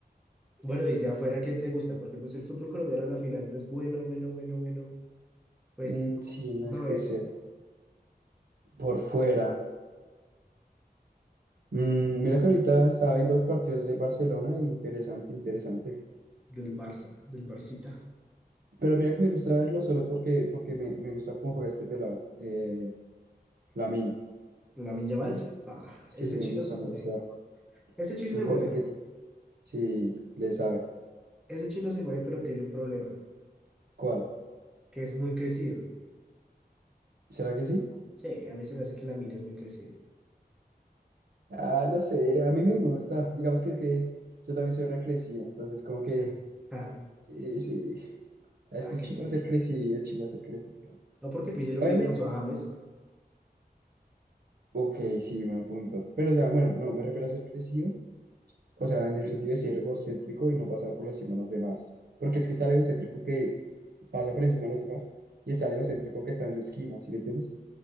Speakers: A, in the centre; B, on the right.
A: Bueno, y de afuera, ¿quién te gusta? Porque pues el fútbol colombiano a la final, pues bueno, bueno, bueno, bueno, pues
B: Mm, sí, no
A: no
B: es que
A: es
B: sea. Por fuera. Mm, mira que ahorita estaba viendo los partidos de Barcelona y interesante, interesante.
A: del Barça, del Barcita.
B: Pero mira que me gusta verlo solo porque, porque me, me gusta cómo juega este pelado. Eh, Lamine.
A: La Yamal, ah,
B: Sí,
A: ese
B: me
A: chino
B: gusta,
A: se mueve,
B: me gusta
A: ese chino
B: el
A: se mueve,
B: porte que tiene. Sí, le sabe.
A: ese chino se mueve, pero tiene un problema,
B: ¿Cuál?
A: que es muy crecido.
B: ¿Será que sí?
A: Sí, a mí se me hace que la mina es muy crecida.
B: Ah, no sé, a mí me gusta. Digamos que, que yo también soy recrecivo, entonces como que,
A: <laughs> Ah,
B: sí, sí, es
A: ah,
B: que es
A: qué
B: chivo
A: pereza.
B: ser crecido, es chivo ser crecido.
A: No porque pille lo
B: Obviamente,
A: que le pasó a James,
B: ok, sí, buen punto. Pero, o sea, bueno, no, me refiero a ser crecido, o sea, en el sentido de ser egocéntrico y no pasar por encima de los demás. Porque es que está el egocéntrico que pasa por encima de los demás y está el egocéntrico que está en su esquina, ¿sí me entiendes?